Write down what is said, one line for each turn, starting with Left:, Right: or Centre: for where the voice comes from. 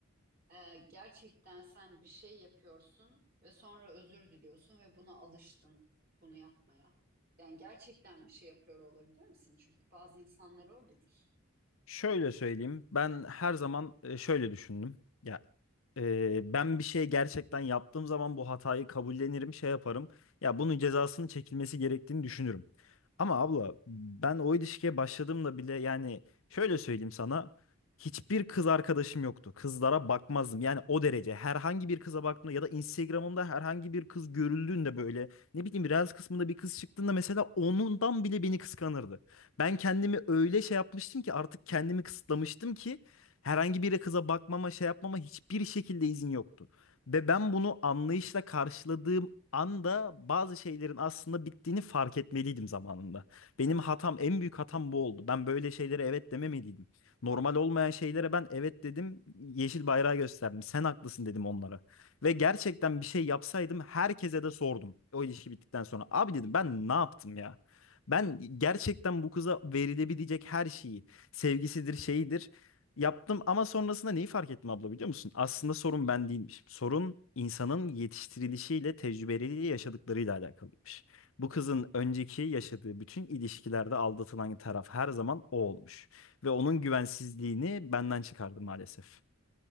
Right: Ee, gerçekten sen bir şey yapıyorsun ve sonra özür diliyorsun ve buna alıştın bunu yapmaya. Yani gerçekten bir şey yapıyor olabilir misin? Çünkü bazı insanlar öyledir.
Left: Şöyle söyleyeyim. Ben her zaman e, şöyle düşündüm. Ya e, ben bir şey gerçekten yaptığım zaman bu hatayı kabullenirim, şey yaparım. Ya bunun cezasının çekilmesi gerektiğini düşünürüm. Ama abla ben o ilişkiye başladığımda bile yani şöyle söyleyeyim sana. Hiçbir kız arkadaşım yoktu. Kızlara bakmazdım. Yani o derece. Herhangi bir kıza baktığımda ya da Instagram'ımda herhangi bir kız görüldüğünde böyle ne bileyim Reels kısmında bir kız çıktığında mesela onundan bile beni kıskanırdı. Ben kendimi öyle şey yapmıştım ki artık kendimi kısıtlamıştım ki herhangi bir kıza bakmama, şey yapmama hiçbir şekilde izin yoktu. Ve ben bunu anlayışla karşıladığım anda bazı şeylerin aslında bittiğini fark etmeliydim zamanında. Benim hatam, en büyük hatam bu oldu. Ben böyle şeylere evet dememeliydim. Normal olmayan şeylere ben evet dedim, yeşil bayrağı gösterdim. Sen haklısın dedim onlara. Ve gerçekten bir şey yapsaydım herkese de sordum. O ilişki bittikten sonra. Abi dedim ben ne yaptım ya? Ben gerçekten bu kıza verilebilecek her şeyi, sevgisidir, şeyidir yaptım ama sonrasında neyi fark ettim abla biliyor musun? Aslında sorun ben değilmiş. Sorun insanın yetiştirilişiyle, tecrübeleriyle, yaşadıklarıyla alakalıymış. Bu kızın önceki yaşadığı bütün ilişkilerde aldatılan taraf her zaman o olmuş. Ve onun güvensizliğini benden çıkardı maalesef.